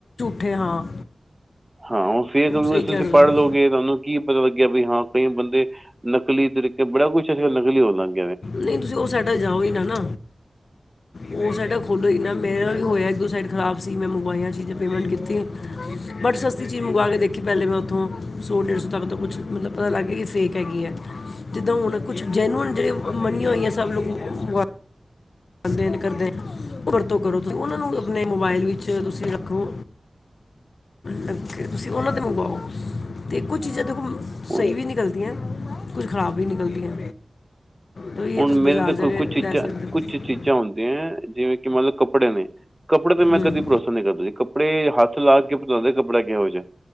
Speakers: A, on the left (about 75°); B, on the right (about 20°).
A: ਅੱਠੇ ਹਾਂ,
B: ਹਾਂ ਉਹ ਫੇਰ ਤੁਸੀਂ
A: ਸਹੀ ਕਹਿ ਰਹੇ
B: ਪੜ੍ਹ
A: ਹੋ।
B: ਲਓਗੇ, ਤੁਹਾਨੂੰ ਕੀ ਪਤਾ ਲੱਗਿਆ ਵੀ ਹਾਂ ਕਈ ਬੰਦੇ ਨ ਨਕਲੀ ਤਰੀਕੇ ਬੜਾ ਕੁਛ ਅਸੀਲ ਨਕਲੀ ਹੋਵਾਂਗੇ।
A: ਨਹੀਂ ਤੁਸੀਂ ਉਹ ਸਾਈਡਾ ਜਾਓ, ਹੀ ਨਾ ਨਾ ਉਹ ਸਾਈਡਾ ਖੋਲੋ ਹੀ ਨਾ ਮੇਰਾ ਵੀ ਹੋਇਆ। ਦੋ ਸਾਈਡ ਖਰਾਬ ਸੀ ਮੈਂ ਮੰਗਵਾਈਆਂ, ਚੀਜ਼ਾਂ ਪੇਮੈਂਟ ਕੀਤੀਆਂ ਬਟ ਸਸਤੀ ਚੀਜ਼ ਮੰਗਵਾ ਕੇ ਦੇਖੀ ਪਹਿਲੇ ਮੈਂ ਉੱਥੋਂ ਸੌ ਡੇਢ ਸੌ ਤੱਕ ਤੋਂ ਕੁਛ ਮਤਲਬ ਪਤਾ ਲੱਗ ਗਿਆ, ਕਿ ਫੇਕ ਹੈਗੀ ਹੈ ਜਿੱਦਾਂ ਹੁਣ ਕੁਛ ਜੈਨੂਅਨ ਜਿਹੜੇ ਮੰਨੀਆਂ ਹੋਈਆਂ ਸਭ ਲੋਕ, ਖਦੇ ਕਰਦੇ ਉਹ ਵਰਤੋਂ ਕਰੋ, ਤੁਸੀਂ ਉਹਨਾਂ ਨੂੰ ਆਪਣੇ ਮੋਬਾਇਲ ਵਿੱਚ ਤੁਸੀਂ ਰੱਖੋ। ਲੱਗੇ ਤੁਸੀਂ ਉਹਨਾਂ ਤੇ ਮੰਗਵਾਓ ਅਤੇ ਕੁਝ ਚੀਜ਼ਾਂ ਦੇਖੋ,
B: ਹੁਣ
A: ਸਹੀ ਵੀ ਨਿਕਲਦੀਆਂ ਕੁਝ ਖਰਾਬ ਵੀ ਨਿਕਲਦੀਆਂ ਤਾਂ ਇਹ
B: ਹੁਣ
A: ਤੁਸੀਂ
B: ਮੇਰੇ
A: ਬਾਜ਼ਾਰ
B: ਦੇਖੋ
A: ਜਾ ਕੇ
B: ਕੁਛ ਚੀਜ਼ਾਂ-ਕੁਛ
A: ਲੈ ਸਕਦੇ ਹੋ
B: ਚੀਜ਼ਾਂ ਹੁੰਦੀਆਂ, ਜਿਵੇਂ ਕਿ ਮਤਲਬ ਕੱਪੜੇ ਨੇ ਕੱਪੜੇ ਤੇ ਮੈਂ
A: ਹੂੰ
B: ਕਦੀ ਭਰੋਸਾ ਨਹੀ ਕਰਦੀ, ਕੱਪੜੇ ਹੱਥ ਲਾ ਕੇ ਪਤਾ ਲਗਦਾ ਕੱਪੜਾ ਕਿਹੋ ਜਿਹਾ